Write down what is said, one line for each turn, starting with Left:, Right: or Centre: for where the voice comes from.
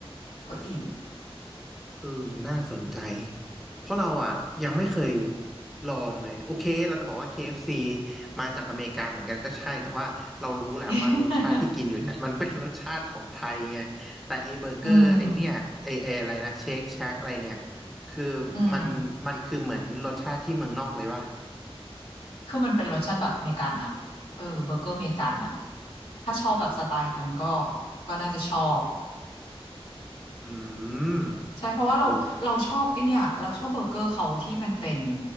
Left: ก็อิ่ม
Centre: เออมันน่าสนใจ เพราะเราอ่ะยังไม่เคยลองเลย โอเคเราจะบอกว่า KFC มาจากอเมริกาเหมือนกันก็ใช่แต่ว่าเรารู้แหละว่ารสชาติที่กินอยู่เนี่ย
Left: <laughs>
Centre: <laughs> มันเป็นรสชาติของไทยไงแต่ไอเบอร์เกอร์ไอเนี่ยไอไออะไรนะเชคแช็กอะไรเนี่ย
Left: อืม
Centre: คือมันมันคือเหมือนรสชาติที่เมืองนอกเลยว่ะ
Left: อืม คือมันเป็นรสชาติแบบเมกันอะเออเบอร์เกอร์เมกันอะถ้าชอบแบบสไตล์นั้นก็ก็น่าจะชอบ
Centre: อืม
Left: ใช่เพราะว่าเราเราชอบไอเนี่ยเราชอบเบอร์เกอร์เขาที่มันเป็น
Centre: เออ